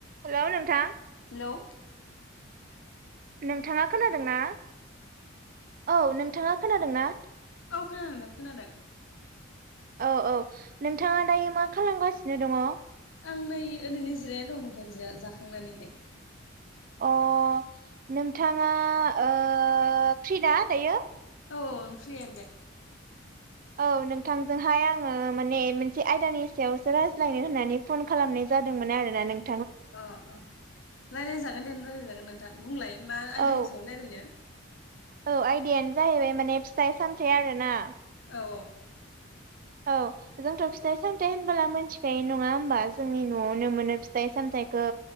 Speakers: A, on the right; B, on the left.
A: Hello नोंथां
B: hello औ
A: नोंथाङा खोनादोंना? औ नोंथाङा खोनादोंना?
B: औ खोनादों नोंथां खोनादों
A: औ औ नोंथाङा दायो मा खालामगासिनो दङ?
B: आं नै ओरैनो जिरायनानै दं नोंथां जिया जाखांनानैहाय।
A: अ नोंथाङा ओ फ्रिना दायो?
B: औ आं फ्रियानो दे
A: औ नोंथांजोंहाय आङो माने मोनसे आयदानि सायावसो रायज्लायनो होननानै फन खालामनाय जादोंमोन आरोना नों
B: अ अ रायलायजागोन दे रायलायजागोन नोंथां बुंलाय मा
A: औ
B: आयदानि सायाव रायलायनो
A: औ आयदायानो जाहैबाय माने फिथाइ सामथाइ आरोना
B: औ
A: औ जोंथ' फि फिथाइ सामथाइ होमब्ला मोनथिखायो नङा होमबा जोंनि न'आवनो मोनो फिथाइ सामथाइखौ